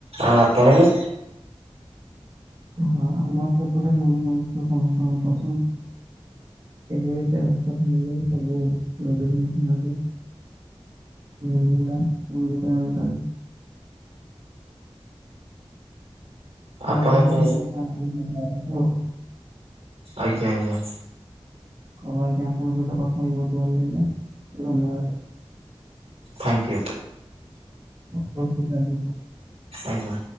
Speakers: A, on the right; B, on the right.
A: ଆଉ ଆପଣଙ୍କୁ?
B: ହଁ ମାତ ତ ପ ମି ମ ସମପ <unintelligible> କେ ଏତେ ଭାତ ଖା ସବୁ ଲଢ ଖଣ <unintelligible> ମୁ ମୁଡା ମୁଳଗଟା ଗୋଟାକୁ <unintelligible> ହଉ
A: ଆପଣଙ୍କୁ
B: ଏବେ ହଉ <unintelligible>
A: ଆଜ୍ଞା।
B: ହୋଉ ଆଜ୍ଞା ଆପଣଙ୍କ ସହିତ କଥା ହେଇକି ବହୁତ ଭଲ ଲାଗିଲା ଧନ୍ୟବାଦ।
A: Thank you.
B: ହଉ ସେ ତା <unintelligible>
A: ଆଜ୍ଞା।